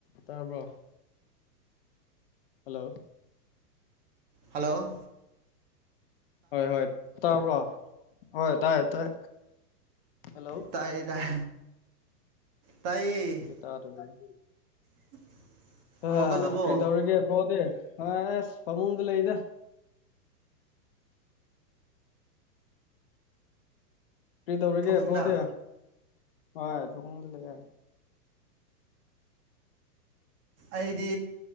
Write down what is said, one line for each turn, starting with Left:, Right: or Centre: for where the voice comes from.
Left: ꯇꯥꯕ꯭ꯔꯣ ꯍꯂꯣ
Right: ꯍꯥꯂꯣ
Left: ꯍꯣꯏ ꯍꯣꯏ ꯇꯥꯕ꯭ꯔꯣ ꯍꯣꯏ ꯍꯣꯏ ꯇꯥꯏ ꯇꯥꯏ ꯍꯜꯂꯣ
Right: ꯇꯥꯌꯦ ꯇꯥꯌꯦ ꯇꯥꯏꯌꯦ
Left: ꯇꯥ ꯑꯗꯨ ꯂꯩ
Right: <unintelligible>
Left: ꯑ
Right: ꯍꯧꯒꯠꯂꯕꯣ
Left: ꯀꯔꯤ ꯇꯧꯔꯤꯒꯦ ꯕ꯭ꯔꯣ ꯗꯤ ꯑ ꯑꯦꯁ ꯐꯥꯃꯨꯡꯗ ꯂꯩꯔꯤꯗ ꯀꯔꯤ ꯇꯧꯔꯤꯒꯦ
Right: ꯐꯃꯨꯡꯗ
Left: ꯕ꯭ꯔꯣꯗꯤ ꯍꯣꯏ ꯐꯨꯃꯨꯡꯗ ꯂꯩ ꯌꯥ
Right: ꯑꯩꯗꯤ